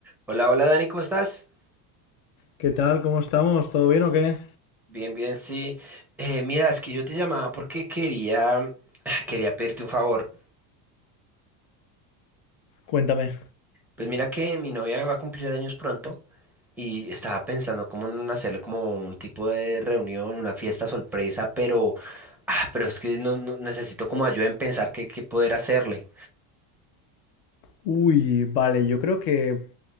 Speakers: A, in the centre; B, on the left.
A: Hola, hola Dani, ¿cómo estás?
B: ¿Qué tal? ¿Cómo estamos? ¿Todo bien o qué?
A: Bien, bien, sí. Eh, mira, es que yo te llamaba porque quería, <sighs> quería pedirte un favor.
B: Cuéntame.
A: Pues mira que mi novia va a cumplir años pronto y estaba pensando cómo en hacerle como un tipo de reunión, una fiesta sorpresa, pero, ah, pero es que no, no- necesito como ayuda en pensar qué, qué poder hacerle.
B: Uy, vale, yo creo que